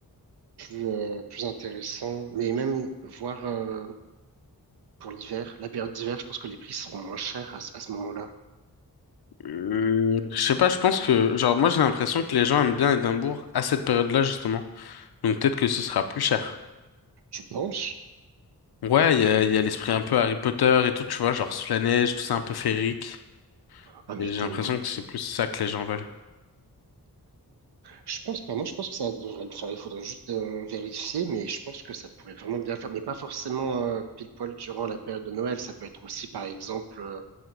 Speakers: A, on the right; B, on the left.
A: plus, euh, plus intéressant. Mais même voir euh, pour l'hiver, la période d'hiver, je pense que les prix seront moins chers à, ce à ce moment-là.
B: Hum, je sais pas, je pense que, genre, moi j'ai l'impression que les gens aiment bien Édimbourg à cette période-là, justement. Donc peut-être que ce sera plus cher.
A: Tu penses?
B: Ouais, il y a, il y a l'esprit un peu Harry Potter et tout, tu vois, genre sous la neige, tout ça un peu féerique.
A: Ah, mais
B: Et
A: tellement.
B: j'ai l'impression que c'est plus ça que les gens veulent.
A: Je pense pas. Moi, je pense que ça devrait le faire. Il faudrait juste euh, vérifier, mais je pense que ça pourrait vraiment bien le faire. Mais pas forcément euh, pile poil durant la période de Noël. Ça peut être aussi, par exemple, euh,